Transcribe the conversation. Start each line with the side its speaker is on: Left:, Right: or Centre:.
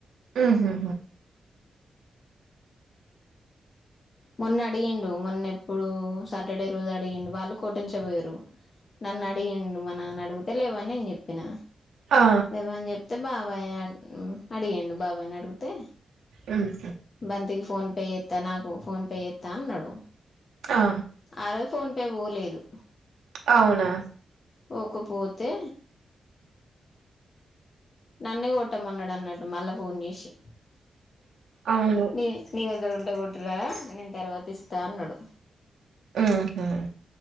Right: ఉహు
Left: మొన్న అడిగిండు మొన్నప్పుడు సాటర్డే రోజు అడిగిండు వాళ్ళు కొట్టెంచబయరు నన్ను అడిగిండు మా నాన్న అడిగితే లేవని నేను చెప్పిన
Right: ఆ
Left: లేవ్వని చెప్తే బాబయ్ యాడికి అడిగిండు బాబాయిని అడుగితే
Right: ఉమ్
Left: అందుకి ఫోన్ పే చేస్త నాకు ఫోన్ పే చేస్తా అన్నాడు
Right: ఆ
Left: ఆ రోజ్ ఫోన్ పే పోలే లేదు
Right: అవున
Left: ఒకపోతే నన్నే కొట్టమన్నడు అన్నట్టు మళ్ళా ఫోన్ చేసి
Right: అవును
Left: ని నీ దగ్గరుంటె కూ అట్లా నేను తర్వాత ఇస్తా అన్నడు
Right: ఉహూ